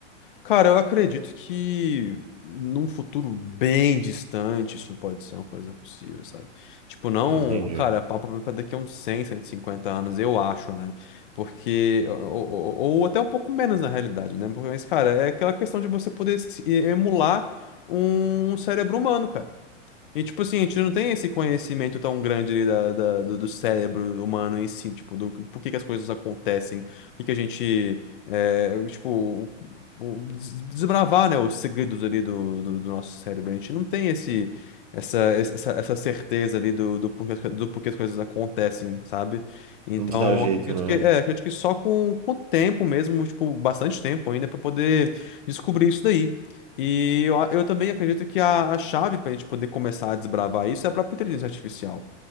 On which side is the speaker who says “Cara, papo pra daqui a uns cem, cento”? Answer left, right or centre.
Left